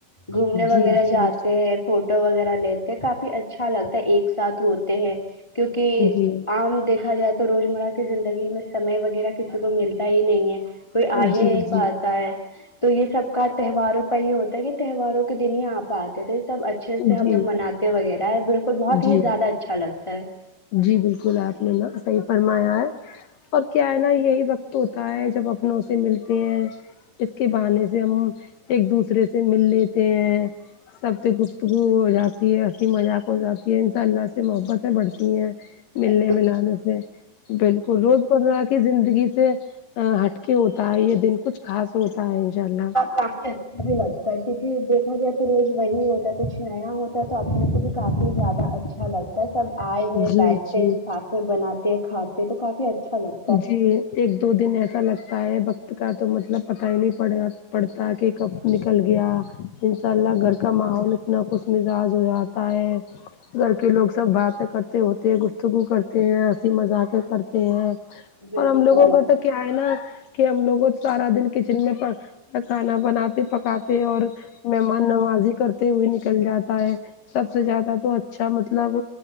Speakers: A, on the left; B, on the left.
A: گھومنے
B: جی
A: وغیرہ
B: جی
A: جاتے ہیں فو ٹو وغیرہ لیتے ہیں کافی اچھا لگتا ہے ایک ساتھ ہوتے ہیں کیونکہ
B: جی
A: عام دیکھا جائے تو روزمرہ کی زندگی میں سمے وغیرہ کسی کو ملتا ہی نہیں ہے کوئی آ ہی
B: جی
A: نہیں
B: جی
A: پا تا ہے تو یہ سب کا تہواروں کا یہ ہوتا ہے کہ تہواروں کے دن ہی آ پ اتے تھے تب اچھے سے ہم
B: جی
A: لوگ مناتے وغیرہ ہے بالکل بہت
B: جی
A: ہی زیادہ اچھا لگتا ہے
B: جی بالکل آپ نے نا صحیح فرمایا ہے اور کیا ہے نا یہی وقت ہوتا ہے جب اپنوں سے ملتے ہیں اس کے بہانے سے ہم ایک دوسرے سے مل لیتے ہیں سب سے گفتگو ہو جاتی ہے ہنسی مذاق ہو جاتی ہے ان شاء اللہ سے محبتیں بڑھتی ہیں ملنے
A: بالکل
B: ملانے سے بالکل روز مرہ زندگی سے ہٹکے ہوتا ہے یہ دن کچھ خاص ہوتا ہے انشاء اللہ
A: کافی اچھا بھی لگتا ہے کیونکہ دیکھا جائے تو روز وہی ہوتا ہے کچھ نیا ہوتا ہے تو اپنے کو بھی کافی زیادہ اچھا لگتا ہے سب آئے ہیں
B: جی
A: بیٹھتے
B: جی
A: ہیں ساتھ میں بناتے کھاتے تو کافی اچھا لگ
B: جی ایک دو دن ایسا لگتا ہے وقت کا تو مطلب پتہ ہی نہیں پڑ پڑتا کہ کب نکل گیا ان شاء اللہ گھر کا ماحول اتنا خوش مزاج ہو جاتا ہے گھر کے لوگ سب باتیں کرتے ہوتے ہیں گفتگو کرتے ہیں ہنسی مذاقیں کرتے ہیں
A: بالکل
B: اور ہم لوگوں کا تو کیا ہے نا کہ ہم لوگوں سارا دن کچن میں پ کھانا بناتے پکاتے اور مہمان نوازی کرتے ہوئے نکل جاتا ہے سب سے زیادہ تو اچھا مطلب